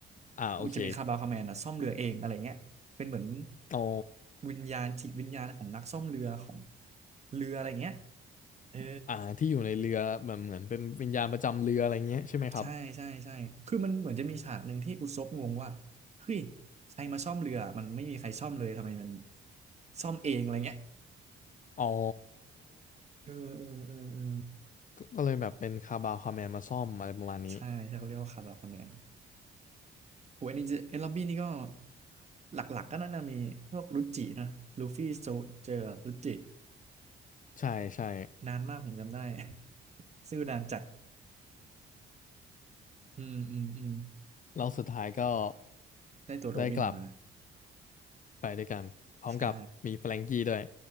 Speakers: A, on the left; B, on the right.
A: อ่าโอเค
B: มันจะมีคาบาวคาแมนอ่ะซ่อมเรือเองอะไรเงี้ยเป็นเหมือน
A: อ๋อ
B: วิญญาณจิตวิญญาณของนักซ่อมเรือของเรืออะไรเงี้ยเออ
A: อ่าที่อยู่ในเรือแบบเหมือนเป็นวิญญาณประจำเรืออะไรเงี้ยใช่ไหมครับ
B: ใช่ใช่ใช่คือมันเหมือนจะมีฉากหนึ่งที่อุซบงงว่าเฮ้ยใครมาซ่อมเรือมันไม่มีใครซ่อมเลยทำไมมันซ่อมเองอะไรเงี้ย
A: อ๋อ
B: เออเออเออเออ
A: ก็ก็เลยแบบเป็นคาบาวคาแมนมาซ่อมอะไรประมาณนี้
B: ใช่ใช่เขาเรียกว่าคาบาคอมแมนโอ้ยอันนี้จะเอลลอบบี้นี่ก็หลักๆก็น่าจะมีพวกรุจินะลูฟี่โซเจอรุจิ
A: ใช่ใช่
B: นานมากผมจำได้ <laughs> ซื่อนานจัดอืมอืมอืม
A: แล้วสุดท้ายก็
B: ได้ตัวโรบินมา
A: ได้กลับไปด้วยกันพร้อมกับมีแฟรงกี้ด้วย
B: ใช่